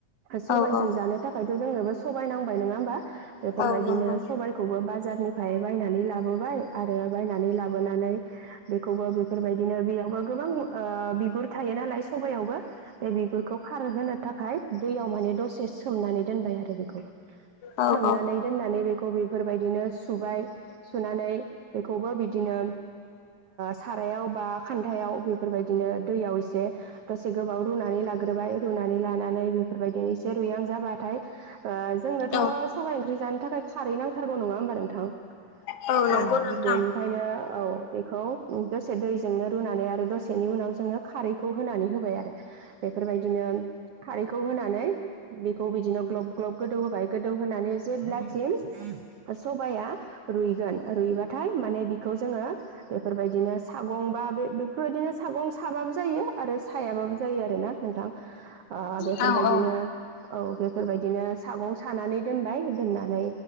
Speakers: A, on the right; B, on the left.
A: सबायजों
B: औ औ
A: जानो थाखायथ' जोंनोबो सबाइ नांबाय नङा होनबा। बेफोरबायदिनो
B: औ नंगौ
A: सबायखौबो बाजारनिफ्राय बायनानै ला बाय आरो बायनानै लाबोनानै बेखौबो बेफोरबायदिनो बेयावबो गोबां ओ बिगुर थायो नालाय सबयावबो बे बिगुरखौ खार होनो थाखाय दैयाव माने दसे सोमनानै दोनबाय आरो बेखौ
B: औ
A: सोमनानै
B: औ
A: दोननानै बेखौ बेफोरबायदिनो सुबाय सुनानै बेखौबो बिदिनो सारायाव बा खान्थायाव बेफोरबायदिनो दैयाव एसे दसे गोबाव रुनानै लाग्रोबाय रुनानै लानानै बेफोरबायदिनो एसे रुइहां जाबाथाय ओ जोंनोथ'
B: औ
A: सबाय जानो थाखाय खारै नांथारगौ नङा होमबा नोंथां ओ
B: औ नंगौ नोंथां
A: बेनिखायनो औ बेखौ दसे दैजोंनो रुनानै आरो दसेनि उनाव जोङो खारैखौ होनानै होबाय आरो। बेफोरबायदिनो खारैखौ होनानै बेखौ बिदिनो ग्लब ग्लब गोदौ होबाय गोदौ होना नानै जेब्लासिम सबाया रुइगोन रुइबाथाय माने बिखौ जोङो बेफोरबायदिनो सागं बा बे बेफोरबायदिनो सागं साबाबो जायो आरो सायाबाबो जायो आरोना नोंथां। आ बेफोरबायदिनो
B: औ औ
A: औ बे बेफोरबायदिनो सागं सानानै दोनबाय दोननानै